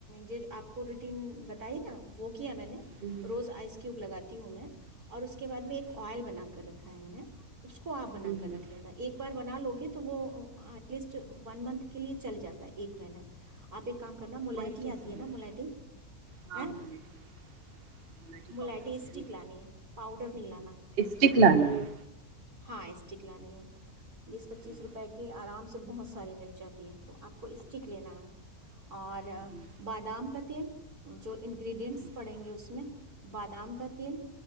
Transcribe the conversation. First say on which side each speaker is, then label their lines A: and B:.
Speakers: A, on the right; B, on the right.
A: یہ آپ کو روٹین بتائی نا وہ کیا میں نے
B: ہوں
A: روز آئس کیوب لگاتی ہوں میں اور اس کے بعد میں
B: اچھا
A: ایک آئل بنا کر رکھا ہے میں نے اس کو آپ بنا
B: ہوں
A: کر
B: ہوں
A: رکھ لینا ایک بار بنا لو گے تو وہ ایٹ لیسٹ ون منتھ کے لیے چل جاتا ہے ایک مہیین آپ ایک کام کرنا ملٹی
B: آئل کیسے
A: آتی ہے
B: بنا
A: نا ملٹی
B: ہاں
A: ا
B: بولے ٹھیک ہے ٹھیک ہے ہاں ملاٹھی
A: ملٹی
B: پاؤڈر ہے
A: اسٹک لانی ہے پاؤڈر نہیں لانا
B: چکلانی
A: ہاں ایسٹک ل نہیں ہے بیس پچیس
B: ہوں
A: روپئے کی آرام سے سے بہت ساری مل جاتی ہے تو آپ کو اسٹک لینا ہے اور
B: ہوں ہوں،
A: بادام کا جو انگریڈینٹس
B: ٹھیک
A: پڑیں
B: ہے
A: گے اس میں بادام کا تیل